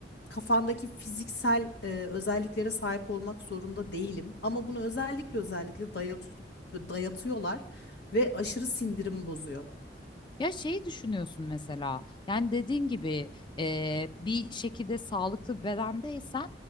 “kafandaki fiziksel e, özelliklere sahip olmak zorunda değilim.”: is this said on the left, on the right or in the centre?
Left